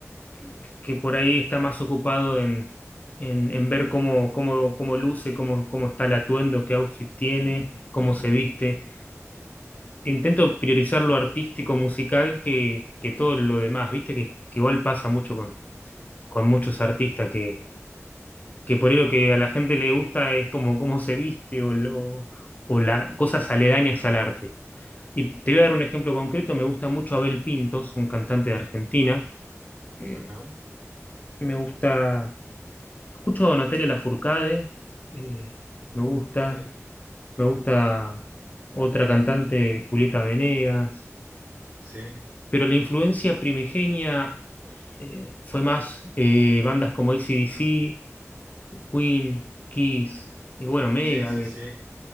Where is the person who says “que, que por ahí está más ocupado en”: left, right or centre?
Left